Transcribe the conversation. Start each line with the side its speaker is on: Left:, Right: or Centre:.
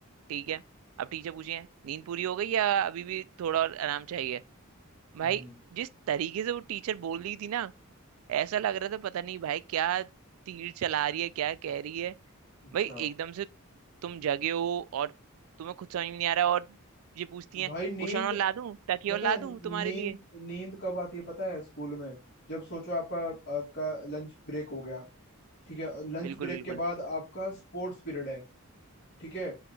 Right: ठीक है अब टीचर पूछे नींद पूरी हो गई या अभी भी थोड़ा और आराम चाहिए भाई
Left: हम्म,
Right: जिस तरीके से वो टीचर बोल रही थी ना ऐसा लग रहा था पता नहीं भाई क्या तीर चला रही है क्या कह रही है
Left: अच्छा
Right: भाई एकदम से तुम जगे हो और तुम्हें खुद समझ में नहीं आ रहा और ये पूछती हैं
Left: भाई नींद
Right: कुशन और ला दूं तकिया
Left: पता
Right: और ला
Left: है
Right: दूं
Left: नींद
Right: तुम्हारे लिए
Left: नींद कब आती है पता है स्कूल में जब सोचो आपका आपका लंच ब्रेक हो गया ठीक है लंच
Right: बिल्कुल
Left: ब्रेक
Right: बिल्कुल
Left: के बाद आपका स्पोर्ट्स पीरियड है ठीक है